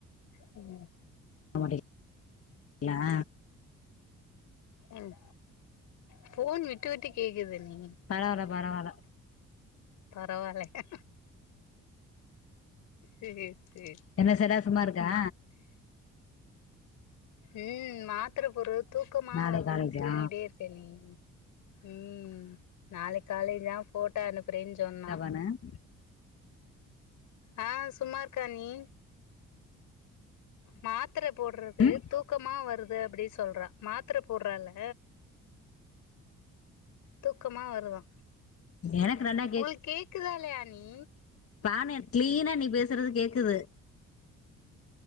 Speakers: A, on the left; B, on the left.
A: ம் ம்
B: <inaudible> யா‌
A: ம் ஃபோன் விட்டு விட்டு கேக்குதண்ணீ
B: பரவால்ல பரவால்ல
A: பரவால்லயா சேர் சேர்
B: என்ன சடா சும்மாருக்கா
A: ம் மாத்திர போர்றது தூக்கமா
B: நாளை
A: வருதுன்
B: காலேஜா
A: தூங்கிட்டே இருக்கேன்ணீ ம் நாளைக் காலை தா ஃபோட்டோ அனுப்புறேன் சொன்னா
B: அன
A: ஆ சும்மா இருக்காண்ணீ மாத்திர போட்ற து
B: ம்
A: தூக்கமா வருது அப்பிடி சொல்றா மாத் திர போர்றால்ல தூக்கமா வருதா
B: எனக்கு நல்லா
A: உங்களுக் கேக்குதா இல்லயா நீ
B: பான கிளீனா நீ பேசுறது கேக்குது